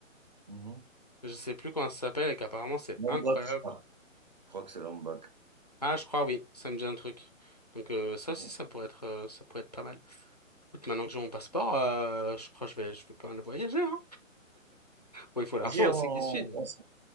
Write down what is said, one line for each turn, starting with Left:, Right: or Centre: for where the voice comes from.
Right: mhm.
Left: Je sais plus comment ça s'appelle et qu'apparemment c'est
Right: Lombok,
Left: incroyable.
Right: je crois. Je crois que c'est Lombok.
Left: Ah, je crois, oui, ça me dit un truc. Donc euh, ça aussi,
Right: Mhm.
Left: ça pourrait être, euh, ça pourrait être pas mal. Écoute, maintenant que j'ai mon passeport, euh, je crois que je vais, je vais pas mal voyager, hein. Bon, il faut
Right: Vas-y,
Left: l'argent aussi
Right: on,
Left: qui suit. mais-
Right: on se